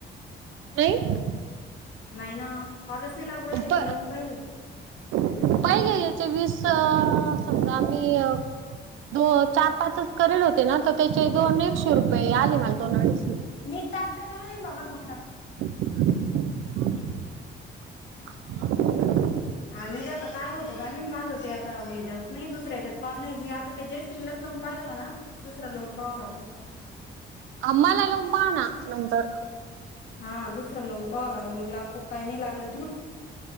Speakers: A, on the right (about 80°); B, on the left (about 65°).
A: नाही
B: नाही ना कॉलच नाही लागू राहिले
A: प
B: मी लावून पाहिले
A: पहिले याच्या वीस समजा आम्ही दो चार पाच करेल होते ना तर त्याचे दोन एकशे रुपये आले मला दोन अडीच
B: मी टाकते त्याच्यामध्ये ये बघर दोन टाक
A: ह हो
B: आ मी ते आता काय होतो काय मी माझं ते आता वहिलाच नाही दुसऱ्याच्यात पा नाही मी आता ते जयश्री लच लो पाहिला म्हणा दुसरा लोन पाव लागण
A: अमलाला उ पा ना नंतर
B: हा दुसरा लावून पावं लागेल मग लागतो काही नाही लागल